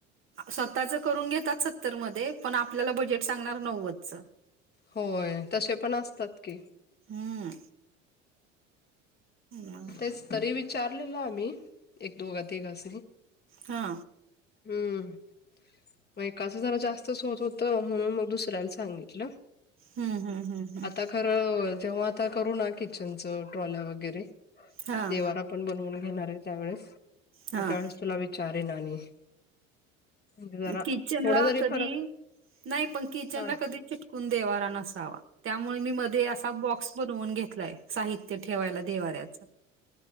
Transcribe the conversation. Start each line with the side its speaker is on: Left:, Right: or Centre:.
Right: स्वतःच करून घेतात सत्तर मध्ये पण आपल्याला बजेट सांगणार नव्वदचं.
Left: होय तसे पण असतात की.
Right: हम्म मग
Left: तेच तरी विचार. आलेला आम्ही एक दोघा तिघांसनी.
Right: हा.
Left: हम्म. मग एकाचं जरा जास्तच होत होत म्हणून मग दुसऱ्याला सांगितलं.
Right: हम् हम्म हम्म हम्म.
Left: आता खरं जेव्हा आता करू ना किचनचं ट्रॉल्या वगैरे
Right: हां
Left: देवारा. पण बनवून घेणार आहे त्यावेळेस
Right: हां
Left: मग त्यावेळेस तुला विचारेन आणि. म्हणजे जरा
Right: किचन
Left: थोडा
Right: ला
Left: जरी
Right: कधी
Left: फरक
Right: नाही पण किचन
Left: हा
Right: ला कधी चिटकून देवा नसावा. त्यामुळे मी मध्ये असा बॉक्स बनवून घेतलाय साहित्य ठेवायला देवाऱ्याचं.